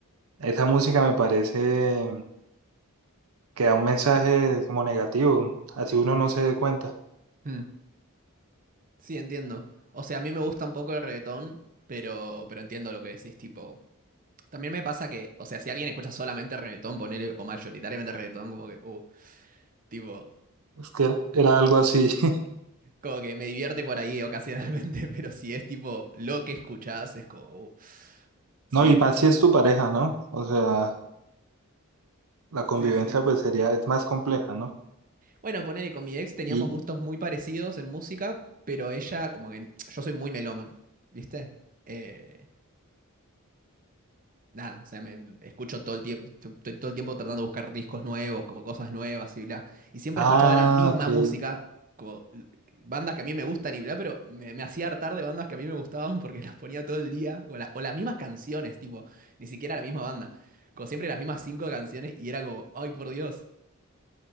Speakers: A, on the right; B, on the right.
A: esa música me parece que da un mensaje como negativo, así uno no se dé cuenta.
B: Mm. Sí, entiendo. O sea, a mí me gusta un poco el reggaetón, pero, pero entiendo lo que decís, tipo. También me pasa que, o sea, si alguien escucha solamente reggaetón, ponele, o mayoritariamente reggaetón, como que, uh, tipo,
A: Es que era algo así, <laughs>
B: como que me divierte por ahí ocasionalmente, <laughs> pero si es tipo lo que escuchás, es como, uh, sí.
A: ¿no? Y más si es tu pareja, ¿no? O sea, la convivencia
B: Sí, sí.
A: pues sería, es más compleja, ¿no?
B: Bueno, ponele, con mi ex teníamos
A: Y,
B: gustos muy parecidos en música, pero ella, como que, yo soy muy melómano, ¿viste? Eh, nada, o sea, me escucho todo el tiempo, estoy todo el tiempo tratando de buscar discos nuevos, como cosas nuevas y bla. Y siempre
A: ah,
B: escuchaba la misma
A: ok.
B: música, como l- bandas que a mí me gustan y bla, pero me, me hacía hartar de bandas que a mí me gustaban porque <laughs> las ponía todo el día, como la- o las mismas canciones, tipo, ni siquiera la misma banda. Como siempre las mismas cinco canciones y era como, ay, por Dios.